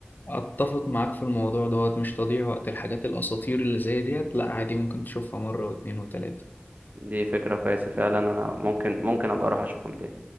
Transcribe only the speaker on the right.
دي فكرة كويسة فعلا انا ممكن ممكن ابقى اروح اشوفهم تاني